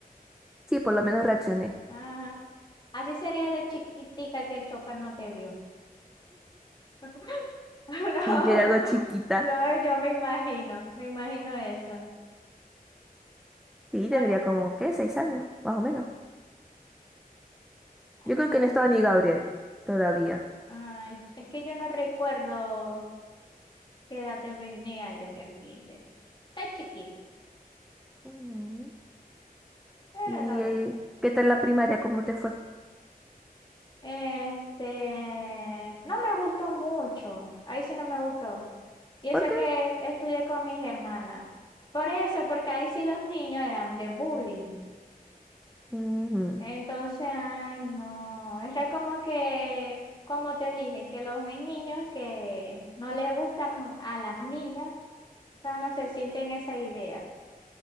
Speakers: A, in the centre; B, on the left (about 30°).
A: Sí, por lo menos reaccioné.
B: Ajá. Así sería de chiquitica que el chofer no te vio. <laughs> No,
A: Sí, yo era algo chiquita.
B: no, yo me imagino, me imagino eso.
A: Sí, tendría
B: Ahora-
A: como, ¿qué? Seis años, más o menos. Yo creo
B: ay,
A: que no estaba ni Gabriel todavía.
B: ay, es que yo no recuerdo qué edad tenía yo en el kinder. Está chiquita,
A: Ujú.
B: pero
A: ¿Y
B: la ve.
A: eh, qué tal la primaria? ¿Cómo te fue?
B: Este, no me gustó mucho, ahí sí no me gustó. Y eso
A: ¿Por qué?
B: que estudié con mis hermanas. Por eso, porque ahí sí los niños eran de bullying.
A: Ujú.
B: Entonces, ay, no, era como que, como te dije, que los hay niños que no les gustan a las niñas, o sea, no se sienten esa idea.